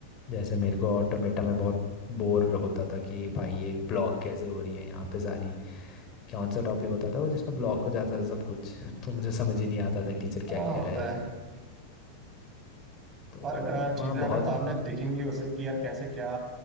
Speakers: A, on the left (about 35°); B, on the right (about 25°).
A: जैसे मेरे को ऑटोमेटा में बहुत बोर होता था कि भाई ये ब्लॉक कैसे हो रही है यहाँ पे सारी कौन सा टॉपिक होता था वो जिसमें ब्लॉक हो जाता था सब कुछ <laughs> तो मुझे समझ ही नहीं आता था टीचर
B: हाँ
A: क्या कह
B: होता
A: रहा है ये
B: है
A: तो
B: और अ,
A: वहाँ
B: चीजें
A: बहुत
B: अगर सामने दिखेंगी उसे कि यार कैसे क्या